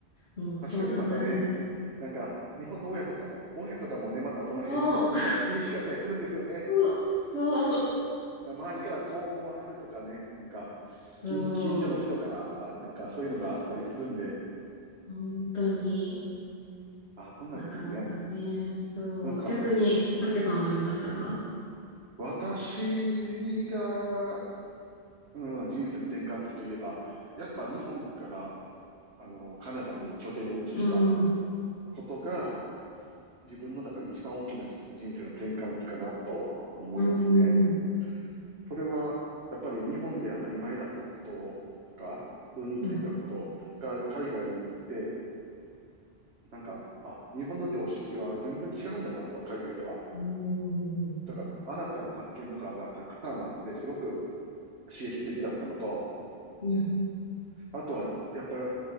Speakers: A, on the left (about 80°); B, on the right (about 75°).
A: うん、
B: 確かにまたね、
A: そんな感じです。
B: なんか、日本の親とかも、親とかもね、またその辺に気に、
A: そ
B: 厳しかったりするんですよね。
A: う、<laughs> そう、
B: な周りからこう思われるとかね、なんか、
A: そう、
B: 近、近所の人からとか、なんかそういうのがあったりするんで、
A: そう、本当に
B: あ、そうなんですね。
A: なかなかね、そう。
B: なんか、
A: 逆に、たけさんありましたか
B: 私が、うん、人生の転換期といえば、やっぱ日本から、あの、カナダに拠点を移した
A: うん、うん、
B: ことが、自分の中で一番大きなじ人生の転換期かなとは思いますね。
A: うん、
B: それは、やっぱり日本で当たり前だったこととか、普通に生きてたことが海外に行って、
A: うん、
B: なんか、あ、日本の常識は全然違うんだなと、海外では。
A: うん、
B: とか、新たな発見とかがたくさんあって、すごく刺激的だったのと、
A: うん、
B: あとは、やっぱり